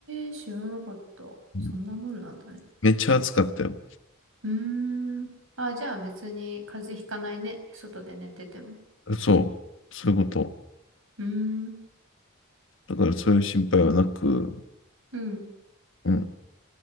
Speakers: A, on the right; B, on the left.
A: ー、知らなかった。
B: うん
A: そんなもんなんだね。
B: めっちゃ暑かったよ。
A: うーん。あ、じゃあ別に風邪ひかないね。外で寝てても。
B: そう。そういうこと。
A: うーん。
B: だからそういう心配はなく、
A: うん。
B: うん。